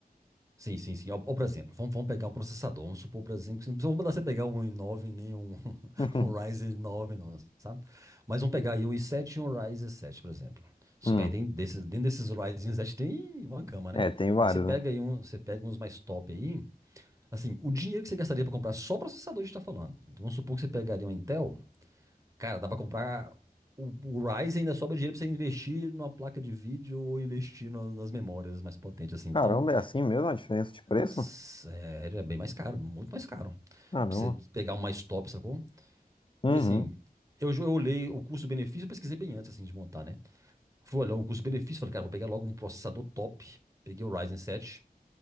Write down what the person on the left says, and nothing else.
<laughs>
Hum,
é,
tem vários,
né?
Caramba, é assim mesmo a diferença de preço?
Caramba.
Uhum.